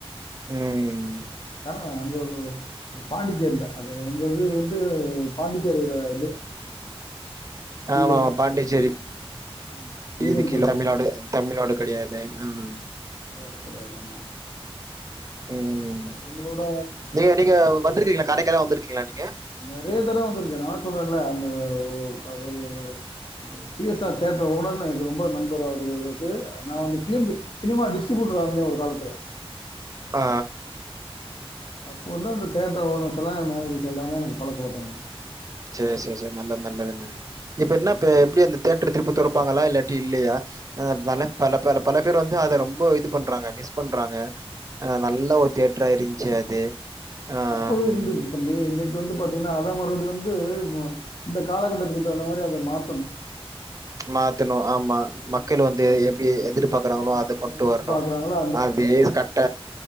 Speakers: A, on the right; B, on the left.
A: ம்
B: ஆ அங்க ஒரு ஒரு பாண்டிச்சேர்ல அது உங்க வந்து வந்து பாண்டிச்சேரில இது பி
A: ஆமா
B: ஒய்
A: பாண்டிச்சேரி
B: ஆமா யூனியன்
A: இது கீழ
B: பிரதேசம்
A: தமிழ்நாடு தமிழ்நாடு கிடையாது ம்
B: கெடையாது கெடையாது ஆமா
A: ம்
B: பரவால்ல உங்களோட
A: நீங்க நீங்க வந்துருக்கீங்ளா கடைக்கு ஏதா வந்துருக்கீங்ளா நீங்க
B: நெறைய தடவ் வந்துருக்க நா சொல்றேன்ல அந்த ஒ அ ஒரு அந்த P S R theatre owner எனக்கு ரொம்ப நண்பர் அவரு து நா வந்து பீல்ட் சினிமா டிஸ்ட்ரிபியூட்டரா இருந்த ஒரு காலத்துல
A: ஆ
B: அப்போ வந்து அந்த தேட்டர் ஓனர்ஸ் எலா மேனெஜர்ஸ் எல்லாமே எனக்கு பழக்க ஓட்டவங்க
A: சரி சரி சரி நல்லது நல்லதுன இப்ப என்ன
B: ம்.
A: இப்ப எப்டி அந்த தேட்ர் திருப்பி தொருப்பாங்களா இல்லாட்டி இல்லையா அ நல்ல பல பல பல பேர் வந்து அத ரொம்ப இது பண்றாங்க மிஸ் பண்றாங்க அ நல்ல ஒரு தியேட்டரா இருந்துச்சு அது ஆஹ்
B: அப்பவே இருந்தது தம்பி இன்னைக்கு வந்து ப அத மறுபடி வந்து இந்த காலகட்டத்துக்கு தகுந்த மாரி அத மாத்தனு
A: மாத்தினு ஆமா
B: மாற்றணும்
A: மக்கள் வந்து எப்டி எதிர்பாக்குறாங்களோ
B: ஆ
A: அத கொண்டு
B: எதிர்பார்க்குறாங்களோ
A: வரணு அது கட்ட